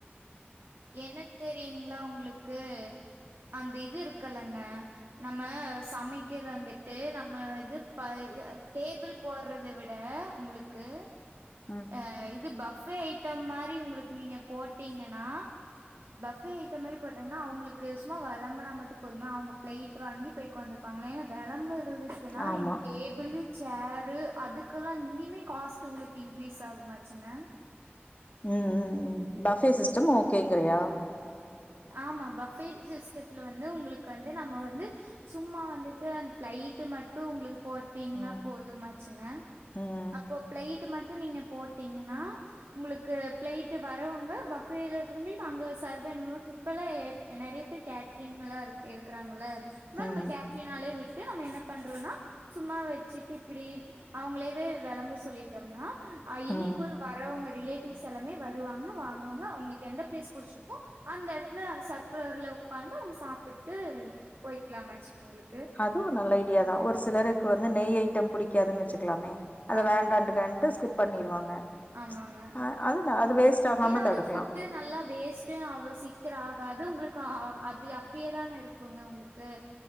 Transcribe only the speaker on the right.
என்ன தெரியுங்களா உங்களு க்கு அந்த இது இருக்குல்லங்க நம்ம சமைக்கல வந்துட்டு நம்ம இது ப இது டேபிள் போடுறத விட உங்களுக்கு
அய் இது பஃபே ஐட்டம் மாரி உங்களுக்கு நீங்க போட்டீங்கன்னா ச்சு பஃபே ஐட்டம் மாரி போட்டீங்கன்னா அவங்களுக்கு சும்மா விளம்புனா மட்டும் போது அவங்க பிளைட் வாங்கி போய் உட்கந்துகுவாங்க ஏன்னா விளம்பு ரதுக்குன்னா
இனி டேபிள்ளு சேரு அதுக்கெல்லா இனிமே காஸ்ட் உங்களுக்கு இங் இங்கிரீஸ் ஆகுமாச்சுங்க
ஆமா பஃபே சிஸ்டத்துல வந்து உங்களுக்கு வந்து நம்ம வந்து சும்மா வந்துட்டு பிளைட் மட்டும் உங்களுக்கு போட்டீங்கன்னா
போதுமாச்சுங்க
அப்போ பிளைட் ட்டு மட்டும் நீங்க போட்டீங்கன்னா உங்களுக்கு பிளைட் வரவங்க பஃபேல இருக்கறவளுக்கு அங்க சவ்வே இப்பெல்லா எப் நெறைய பேர் கேட்டரிங் எல்லா இரு இருக்கறாங்கள நம்ம
நம்ம கேட்டரிங்னாலே விட் விட்டு நம்ம என்ன பண்றோம்னா சும்மா வச்சுட்டு இப்படி அவங்களவே விளம்ப சொல்லிட்டோம்னா அஹ் இனிக்குள்
வரவங்க ரிலேட்டிவ்ஸ் எல்லாமே வருவாங்க வாங்குவாங்க அவங்களுக்கு எந்த பிளேஸ் புடிச்சிருக்கொ அந்த எடத்துல சர்க்குலர்ல உட்காந்து அவங்க சாப்பிட்டு போய்கலாமாச்சுங்க உங்களுக்கு
ஆமாங்க
ஆமாங்க
ஏன்னா வந்து
ஃபுட் நல்லா வேஸ்ட் அவ்ளவு சீக்கிரம் ஆகாது உங்களுக்கு கா அது அப்படியேதானே இருக்குங்க உங்களுக்கு